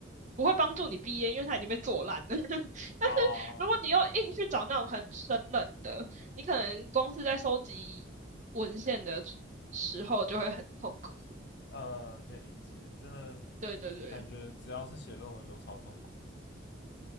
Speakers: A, on the right (about 40°); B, on the left (about 60°).
A: 不会帮助你毕业，因为它已经被做烂了。<laughs> 但是如果你又硬去找那种很生冷的，
B: 哦。
A: 你可能光是在收集文献的时候就会很痛苦。
B: 呃，可以理解，真的
A: 嗯，对对对。
B: 感觉只要是写论文都超痛苦的。